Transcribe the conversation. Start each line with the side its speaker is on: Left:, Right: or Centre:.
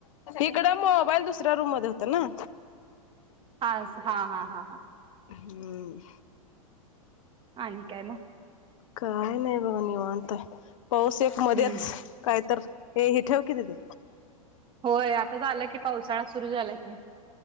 Left: इकड मबाईल दुसऱ्या रूम मध्ये होत ना.
Right: हा हा हा हा हा!
Left: हम्म!
Right: आणि काय मग?
Left: काय नाही बघा निवांत आहे पाऊस एक मध्येच
Right: हम्म
Left: काय तर ए हे ठेऊ कि दीदे.
Right: होय आता झाला की पावसाळा सुरू झाला की